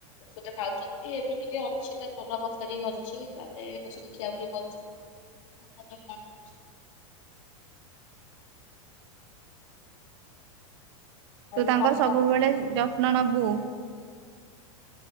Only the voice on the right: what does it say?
ତୁ ତାଙ୍କର
ସବୁବେଳେ
ଯତ୍ନ ନବ୍ ବୁ